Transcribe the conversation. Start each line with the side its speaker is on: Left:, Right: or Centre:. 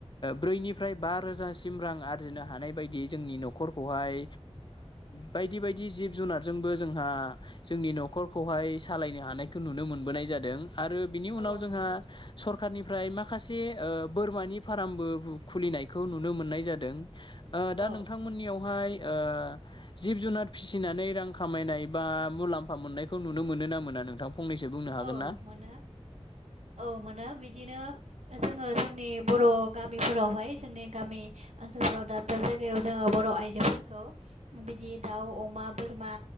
Left: ब्रैनिफ्राय बा रोजासिम रां आरजिनो हानाय बायदि जोंनि न'खरखौहाय बायदि बायदि जिब जुनारजोंबो जोंहा जोंनि न'खरखौहाय सालायनो हानायखौ नुनो मोनबोनाय जादों आरो बिनि उनाव
Right: औ
Left: जोंहा
Right: नंगौ
Left: सरखारनि फ्राय माखासे ओ बोरमानि फार्मबो खुलिनायखौ नुनो मोननाय जादों ओ दा
Right: औ
Left: नोंथांमोननियावहाय ओ जिब जुनार फिसिनानै रां खामायनाय बा मुलाम्फा मोननायखौ नुनो मोनो ना मोना नोंथां। फंनैसो बुंनो हागोन
Right: औ
Left: ना?
Right: मोनो औ मोनो बिदिनो जोङो जोंनि बर' गामिफोरावहाय जोंनि गामि ओनसोलफोराव दाब दाब जायगायाव जोङो बर' आइजोफोरखौ बिदि दाउ अमा बोरमा